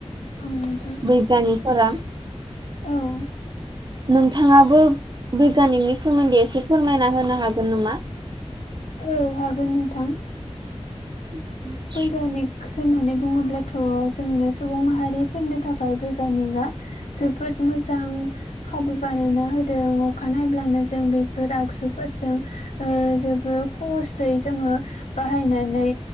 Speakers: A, on the left; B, on the right.
A: <unintelligible>
B: बैग्यानिकफोरा।
A: औ
B: नोंथाङाबो बैग्यानिकनि सोमोन्दै एसे फोरमायना होनो हागोन नामा?
A: औ हागोन नोंथां।
B: <inaudible>
A: बैग्यानिक होननानै बुङोब्लाथ' जोंनो सुबुं माहारिफोरनि थाखाय बैग्यानिकआ जोबोद मोजां खाबु बानायना होदों अखा नायब्लानो जों बेफोर आगजुफोरजों ओ जोबोर खसयै जोङो बाहायनानै